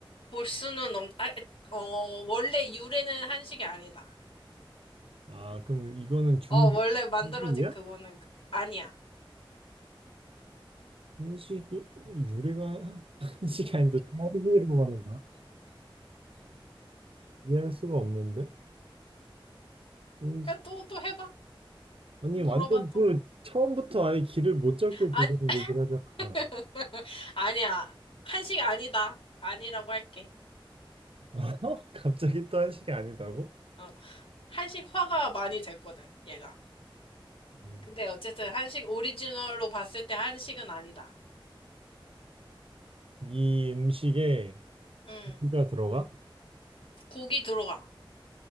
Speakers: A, on the left; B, on the right.
A: 볼 수는 없, 아, 어, 원래 유래는 한식이 아니다.
B: 아, 그럼 이거는 중식이야?
A: 어, 원래 만들어진 그거는 그- 아니야.
B: 한식이 유래가 <laughs> 한식이 아닌데 또 한식이라고 하는 거야? 이해할 수가 없는데? 한식.
A: 야, 또, 또 해봐.
B: 아니,
A: 물어봐,
B: 완전
A: 또.
B: 그 처음부터 아예 길을 못 잡게
A: 아니,
B: 지금 얘기를 하잖아.
A: <laughs> 아니야. 한식 아니다. 아니라고 할게.
B: <laughs> 어? 갑자기 또 한식이 아니다고?
A: 어, 한식화가 많이 됐거든, 얘가.
B: 음.
A: 근데 어쨌든 한식 오리지널로 봤을 때 한식은 아니다.
B: 이 음식에
A: 음,
B: 고기가 들어가?
A: 고기 들어가.